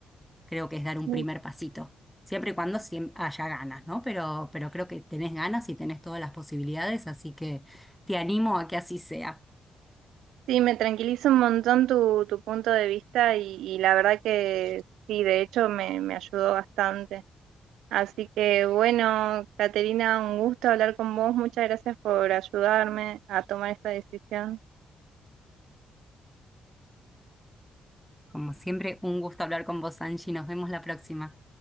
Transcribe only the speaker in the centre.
Creo que es dar un
primer pasito, siempre y cuando siem- haya ganas, ¿no? Pero, pero creo que tenés ganas y tenés todas las posibilidades, así que te animo a que así sea.
Como siempre, un gusto hablar con vos, Angie. Nos vemos la próxima.